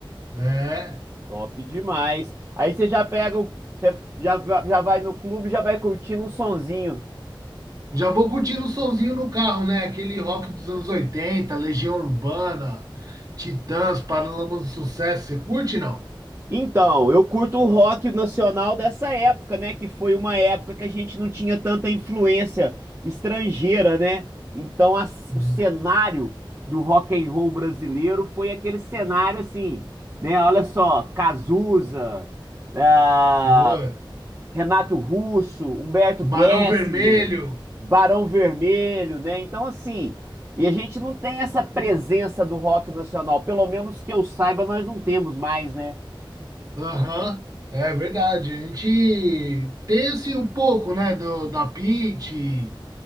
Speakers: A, on the right; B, on the right.
A: É.
B: Top demais. Aí você já pega, o- você já, já vai no clube, e já vai curtindo um sonzinho.
A: Já vou curtindo o solzinho no carro, né? Aquele rock dos anos 80, Legião Urbana, Titãs, Paralamas do Sucesso, você curte, não?
B: Então, eu curto o rock nacional dessa época, né? Que foi uma época que a gente não tinha tanta influência estrangeira, né? Então, as-
A: Uhum.
B: o cenário do rock and roll brasileiro foi aquele cenário assim, né? Olha só, Cazuza, ah,
A: Pô,
B: Renato Russo, Humberto
A: Barão
B: Gessinger,
A: Vermelho,
B: Barão Vermelho, né? Então, assim, e a gente não tem essa presença do rock nacional, pelo menos que eu saiba, nós não temos mais, né?
A: aham, É verdade, a gente tem assim um pouco, né, do, da Pitty,